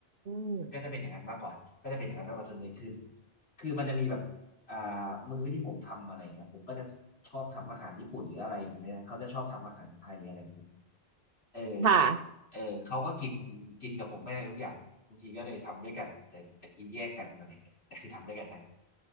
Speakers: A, on the right; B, on the left.
A: ม
B: ก็จะเป็นอย่างนั้นมากกว่าก็จะเป็นอย่างนั้นมากกว่าส่วนใหญ่คือคือมันจะมีแบบอ่ามื้อที่ผมทำอะไรเงี้ยผมก็จะชอบทำอาหารญี่ปุ่นหรืออะไรอย่างเงี้ยเขาจะชอบทำอาหารไทยอะไรอย่างงี้เออ
A: ค่ะ
B: เออเขาก็กินกินกับผมไม่ได้ทุกอย่างบางทีก็เลยทำด้วยกันแต่แต่กินแยกกันอะไรอย่างเงี้ยแต่คือทำด้วยกันนะ